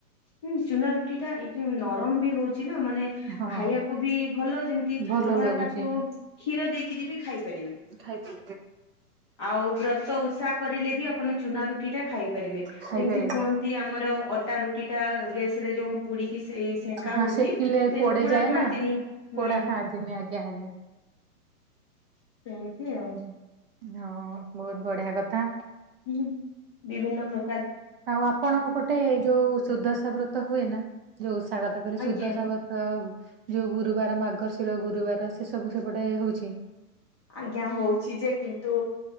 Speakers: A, on the left (about 20°); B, on the right (about 40°).
A: ହୁଁ ଚୁନା ରୁଟି ଟା ଏଇ ନରମ ବି ହଉ ରୁଟିନା ମାନେ
B: ହଁ
A: ଖାଇବାକୁ ବି ଭଲ, ଯେମିତି
B: ଭଲ
A: ଆପଣ
B: ଲାଗୁଛି
A: ତାକୁ କ୍ଷୀର ଦେଇକରି ବି ଖାଇପାରିବେ,
B: ଖାଇପାରିବେ
A: ଆଉ ବ୍ରତ ଓଷା କରିଲେ ବି ଆପଣ ଚୁନା ରୁଟି ଟା ଖାଇପାରିବେ,
B: ଖାଇପାରିବେ
A: ଯେମିତି କୁହନ୍ତି ଆମର ଅଟା ରୁଟି ଟା ଗ୍ୟାସରେ ଯୋଉ ପୁଡିକି ସେ ସେଙ୍କା
B: ହଁ
A: ହଉଚଛି
B: ସେକିଲେ
A: ସେଇଟା
B: ପୋଡିଯାଏ
A: ପୋଡା ଖାଆନ୍ତିନି
B: ନା ପୋଡା
A: ହୁଁ।
B: ଖାଆନ୍ତିନି ଆଜ୍ଞା ଆଜ୍ଞା।
A: ସେମିତି ଆଉ।
B: ହଁ ବହୁତ ବଢିଆ କଥା।
A: ହୁଁ, ବିଭିନ୍ନ ପ୍ର
B: ଆଉ ଆପଣଙ୍କ ପଟେ ଯୋଉ ସୁଦଶା ବ୍ରତ ହୁଏ ନା? ଯୋଉ ଓଷା କଥା କହିଲେ
A: ଆଜ୍ଞା।
B: ସୁଦଶା ବ୍ରତ ଯୋଉ ଗୁରୁବାର ମାର୍ଗଶିର ଗୁରୁବାର, ସେ ସବୁ ସେପଟେ ହଉଛି।
A: ଆଜ୍ଞା ହଉଛି ଯେ, କିନ୍ତୁ